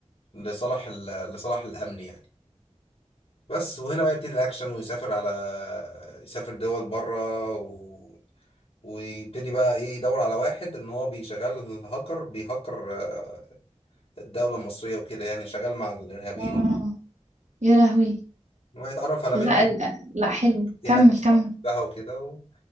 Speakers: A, on the left; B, on the right.
A: لصالح ال- لصالح الامن يعني بس وهنا بقى يبتدي الاكشن ويسافر على يسافر دول بره و... ويبتدي بقى ايه يدور على واحد ان هو بيشغل هاكر بيهكر آه، الدولة المصرية وكده يعني شغال مع الارهابيين
B: اه
A: وكده
B: يا لهوي
A: وهيتعرف على
B: لا
A: بنت
B: ال- لا حلو
A: هناك
B: كمل كمل
A: بقى وكده و...